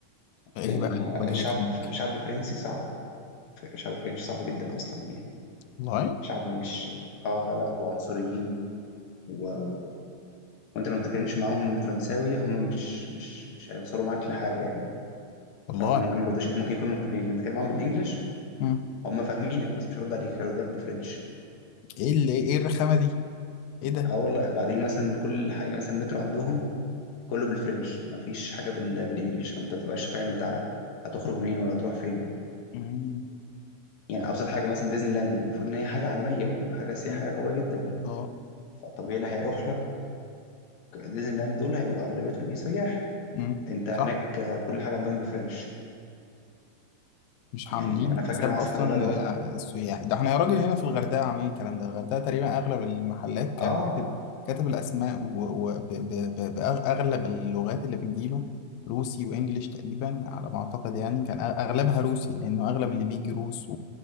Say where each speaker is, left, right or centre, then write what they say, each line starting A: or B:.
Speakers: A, on the left (about 90°); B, on the left (about 65°).
A: ايه
B: لأن
A: بقى اللي واجهتك
B: الشعب
A: هناك
B: الشعب الفرنسي صعب الشعب الفرنسي صعب جدا أصلا يعني
A: والله
B: شعب مش آه لا لا وعنصريين و... و... وأنت لو ما بتتكلمش معاهم فرنساوي هم مش مش مش هيوصلوا معاك لحاجة يعني
A: والله
B: فاهم هم ممكن ما يردوش ممكن يكونوا بنتكلم معاهم بالإنجلش
A: أمم.
B: هم فاهمينك بس مش هيردوا عليك هيردوا عليك بالفرنش
A: ايه اللي ايه الرخامه دي ايه ده
B: اه والله وبعدين مثلا كل حاجة يعني مثلا المترو عندهم كله بالفرنش مفيش حاجة بال... بالإنجلش فأنت ما تبقاش فاهم أنت هتخرج منين ولا هتروح فين
A: أمم،
B: يعني ابسط حاجه مثلا ديزني لاند المفروض ان هي حاجه عالميه او حاجه سياحيه
A: أمم.
B: قويه جدا
A: اه
B: فالطبيعي اللي هيروح لك ديزني لاند دول هيبقوا اغلبيتهم ايه سياح
A: أمم.
B: انت هناك
A: صح
B: آه، كل حاجه عندهم بالفرنش
A: مش
B: يعني
A: عاملين
B: انا فاكر
A: حساب
B: انا
A: اصلا
B: ساعتها والله دورت
A: آه، السياح ده احنا يا راجل هنا في الغردقه عاملين الكلام ده الغردقه تقريبا اغلب المحلات
B: اه
A: كان كاتب كاتب الاسماء وباغلب اللغات اللي بتجيله روسي وانجليش تقريبا على ما اعتقد يعني كان أغ- اغلبها روسي لانه اغلب اللي بيجي روس